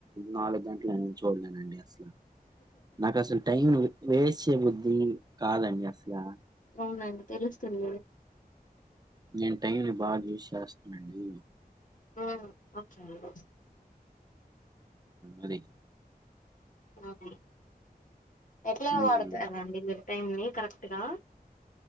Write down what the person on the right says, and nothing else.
నాలుగు గంటలు నేను చూడలేనండి అసలు నాకు అసలు టైం వేస్ట్ చేయబుద్ది కాదండి అసలా
నేను టైంని బాగా యూస్ చేస్తానండి
అదే
మ్మ్